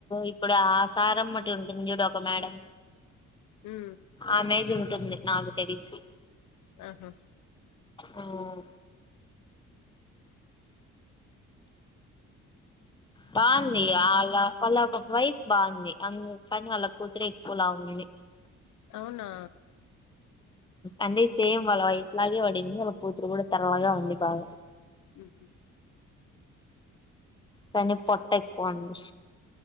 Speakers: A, on the left; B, on the left.
A: ఇప్పుడు ఆ సారంమ్మటి ఉంటుంది చూడు ఒక మేడం
B: ఉ
A: ఆమె ఏజ్ ఉంటుంది నాకు తెలిసి
B: ఆహా
A: ఉం బాగుంది వాళ్ళ వాళ్ళ వైఫ్ బాగుంది అందు కాని వాళ్ళ కుతురే ఎక్కువ లావు ఉంది
B: అవునా
A: అంటే సేమ్ వాళ్ళ వైఫ్ లాగే వాడింది వాళ్ళ కూతురు కూడా తెల్లాగా ఉంది బాగ
B: ఉ హమ్
A: కానీ పొట్ట ఎక్కువంది